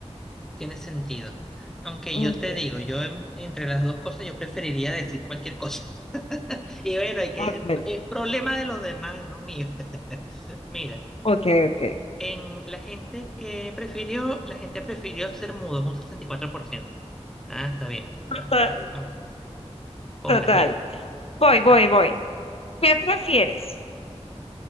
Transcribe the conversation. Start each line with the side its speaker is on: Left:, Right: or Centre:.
Centre: tiene sentido. Aunque
Left: Ujú.
Centre: yo te digo, yo en- entre las dos cosas yo preferiría decir cualquier cosa. <laughs> Y bueno, hay que
Left: Ok,
Centre: es el problema de los demás, no mío. <laughs> Mira,
Left: ok, ok.
Centre: en la gente que prefirió, la gente prefirió ser mudos, un sesenta y cuatro por ciento Ah, está bien,
Left: Total,
Centre: va, está con, con
Left: total.
Centre: la gente.
Left: Voy,
Centre: Ajá.
Left: voy, voy. ¿Qué prefieres?